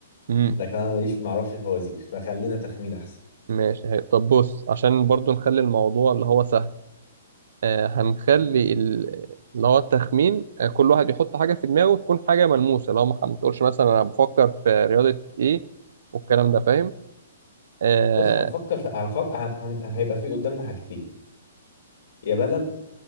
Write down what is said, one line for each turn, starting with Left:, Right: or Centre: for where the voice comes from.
Right: امم
Left: لكن انا ماليش معرفش فوازير فخلينا تخمين احسن
Right: ماشي حلو طب بص عشان برضو نخلي الموضوع اللي هو سهل آه هنخلي ال- اللي هو التخمين آه كل واحد يحط حاجة في دماغه تكون حاجة ملموسة لو ما ما تقولش مثلا أنا بفكر في رياضة إيه والكلام ده فاهم آه
Left: بص هنفكر في هنفكر هن... هن- هيبقى في قدامنا حاجتين يا بلد